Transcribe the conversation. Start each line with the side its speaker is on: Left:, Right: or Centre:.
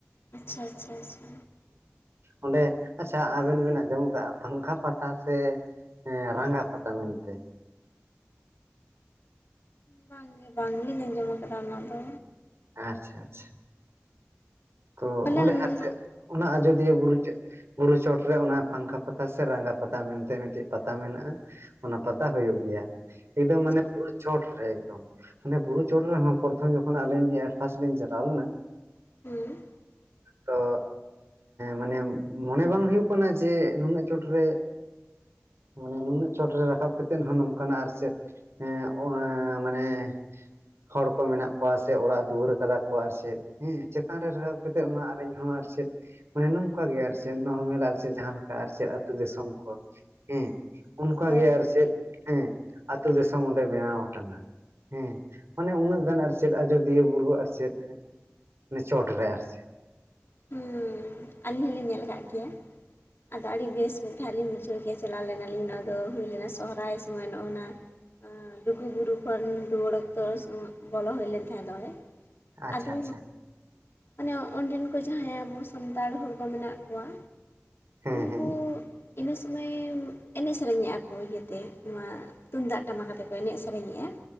Left: ᱟᱪᱪᱷᱟ ᱟᱪᱪᱷᱟ ᱟᱪᱪᱷᱟ
Right: ᱚᱸᱰᱮ ᱟᱪᱪᱷᱟ ᱟᱵᱮᱱ ᱵᱮᱱ ᱟᱸᱡᱚᱢ ᱠᱟᱜᱼᱟ ᱯᱟᱝᱠᱷᱟ ᱯᱟᱛᱟ ᱥᱮ ᱮ ᱨᱟᱸᱜᱟ ᱯᱟᱛᱟ ᱢᱮᱱᱛᱮ
Left: ᱵᱟᱝ ᱜᱮ ᱵᱟᱝᱞᱤᱧ ᱟᱸᱡᱚᱢ ᱠᱟᱫᱟ ᱚᱱᱟ ᱫᱚ
Right: ᱟᱪᱪᱷᱟ ᱟᱪᱪᱷᱟ ᱛᱚ
Left: ᱯᱟᱞᱮᱱ
Right: ᱚᱸᱰᱮ ᱟᱨ ᱪᱮᱫ ᱚᱱᱟ ᱟᱡᱚᱫᱤᱭᱟᱹ
Left: ᱦᱮᱸ
Right: ᱵᱩᱨᱩ ᱪᱮᱫ ᱵᱩᱨᱩ ᱪᱚᱴᱨᱮ ᱚᱱᱟ ᱯᱟᱝᱠᱷᱟ ᱯᱟᱛᱟ ᱥᱮ ᱨᱟᱸᱜᱟ ᱯᱟᱛᱟ ᱢᱮᱱᱛᱮ ᱢᱤᱫᱴᱮᱱ ᱯᱟᱛᱟ ᱢᱮᱱᱟᱜᱼᱟ ᱚᱱᱟ ᱯᱟᱛᱟ ᱦᱩᱭᱩᱜ ᱜᱮᱭᱟ ᱮᱠᱫᱚᱢ
Left: ᱟᱪᱪᱷᱟ
Right: ᱢᱟᱱᱮ ᱪᱚᱴ ᱨᱮ ᱮᱠᱫᱚᱢ ᱚᱱᱮ ᱵᱩᱨᱩ ᱪᱚᱴ ᱨᱮᱦᱚᱸ ᱯᱨᱚᱛᱷᱚᱢ ᱡᱚᱠᱷᱚᱱ ᱟᱹᱞᱤᱧᱧ ᱮᱰᱯᱷᱟᱥᱴ ᱞᱤᱧ ᱪᱟᱞᱟᱣ ᱞᱮᱱᱟ
Left: ᱦᱩᱸ
Right: ᱛᱚ ᱢᱟᱱᱮ ᱢᱚᱱᱮ ᱵᱟᱝ ᱦᱩᱭᱩᱜ ᱠᱟᱱᱟ ᱡᱮ ᱱᱩᱱᱟᱹᱜ ᱪᱚᱴᱨᱮ ᱢᱟᱱᱮ ᱱᱩᱱᱟᱹᱜ ᱪᱚᱴᱨᱮ ᱨᱟᱠᱟᱵ ᱠᱟᱛᱮᱫ ᱦᱚᱸ ᱱᱚᱝᱠᱟᱱᱟᱜ ᱟᱨ ᱪᱮᱫ ᱮᱸ ᱚ ᱢᱟᱱᱮ ᱦᱚᱲ ᱠᱚ ᱢᱮᱱᱟᱜ ᱠᱚᱣᱟ ᱥᱮ ᱚᱲᱟᱜ ᱫᱩᱣᱟᱹᱨ ᱠᱟᱫᱟ ᱠᱚ ᱟᱨ ᱪᱮᱫ ᱦᱮᱸ ᱪᱮᱛᱟᱱ ᱨᱟᱠᱟᱵ ᱠᱟᱴᱟ ᱟᱨ ᱤᱧ ᱦᱚ ᱟᱨ ᱪᱮᱫ ᱢᱟᱱᱮ ᱱᱚᱝᱠᱟ ᱜᱮ ᱟᱨ ᱪᱮᱫ ᱱᱚᱨᱢᱮᱞ ᱟᱨ ᱪᱮᱫ ᱡᱟᱦᱟᱸᱠᱟ ᱟᱨ ᱪᱮᱫ ᱟᱹᱛᱩ ᱫᱤᱥᱚᱢ ᱠᱚ ᱦᱮᱸ ᱚᱱᱠᱟᱜᱮ
Left: ᱦᱳᱭ
Right: ᱟᱨ ᱪᱮᱫ ᱦᱮᱸ ᱟᱛᱳ ᱫᱤᱥᱚᱢ ᱚᱸᱰᱮ ᱵᱮᱱᱟᱣ ᱠᱟᱱᱟ ᱦᱮ ᱢᱟᱱᱮ ᱩᱱᱟᱹᱜ ᱜᱟᱱ ᱟᱨ ᱪᱮᱫ ᱟᱡᱚᱫᱤᱭᱟᱹ ᱵᱩᱨᱩ ᱟᱨ ᱪᱮᱫ ᱪᱚᱴᱨᱮ ᱟᱨ ᱪᱮᱫ
Left: ᱦᱩ ᱟᱹᱞᱤᱧ ᱦᱚᱞᱤᱧ ᱧᱮᱞ ᱠᱟᱫ ᱜᱮᱭᱟ ᱟᱫᱚ ᱟᱹᱰᱤ ᱵᱮᱥ ᱢᱮᱱ ᱛᱟᱦᱮᱸᱱᱟ ᱞᱤᱧ ᱵᱩᱡᱷᱟᱹᱣ ᱠᱮᱜᱭᱟ ᱪᱟᱞᱟᱣ ᱞᱮᱱᱟᱞᱤᱧ ᱱᱚᱣᱟ ᱫᱚ ᱦᱩᱭ ᱞᱮᱱᱟ ᱥᱚᱦᱨᱟᱭ ᱥᱚᱢᱚᱭ ᱱᱚᱜᱼᱱᱟ ᱞᱩᱜᱩᱵᱩᱨᱩ ᱠᱷᱚᱱ ᱨᱩᱣᱟᱹᱲ ᱚᱠᱛᱚ ᱵᱚᱞᱚ ᱦᱩᱭ ᱞᱮᱱ ᱛᱟᱦᱮᱸ ᱫᱚ ᱚᱰᱮ
Right: ᱟᱪᱪᱷᱟ
Left: ᱟᱫᱚ
Right: ᱟᱪᱪᱷᱟ
Left: ᱢᱟᱱᱮ ᱚᱸᱰᱮᱱ ᱠᱚ ᱡᱟᱦᱟᱸᱭ ᱟᱵᱚ ᱥᱟᱱᱛᱟᱲ ᱦᱚᱲ ᱠᱚ ᱢᱮᱱᱟᱜ ᱠᱚᱣᱟ,
Right: ᱦᱮᱸ
Left: ᱩᱱᱠᱩ
Right: ᱦᱮᱸ
Left: ᱤᱱᱟᱹ ᱥᱩᱢᱟᱹᱭ ᱮᱱᱮᱡ ᱥᱮᱨᱮᱧᱮᱫ-ᱟ ᱠᱚ ᱤᱭᱟᱹᱛᱮ ᱱᱚᱣᱟ ᱛᱩᱢᱫᱟᱜ ᱴᱟᱢᱟᱠ ᱟᱛᱮ ᱠᱚ ᱮᱱᱮᱡ ᱥᱮᱨᱮᱧᱮᱜ-ᱟ᱾